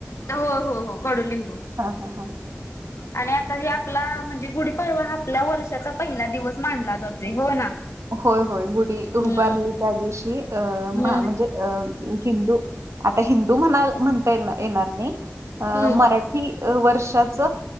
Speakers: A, on the left; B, on the right.
A: हो हो हो कडू लिंबू.
B: हा हा हा
A: आणि आता हे आपला म्हणजे गुढीपाडवा आपल्या वर्षाचा पहिला दिवस मानला जातो हो ना.
B: होय होय गुढी उभारली
A: हम्म.
B: त्या दिवशी अ
A: हम्म
B: म्हणजे अ हिंदू आता हिंदू म्हणा म्हणता ये येणार नाही
A: हम्म
B: मराठी वर्षात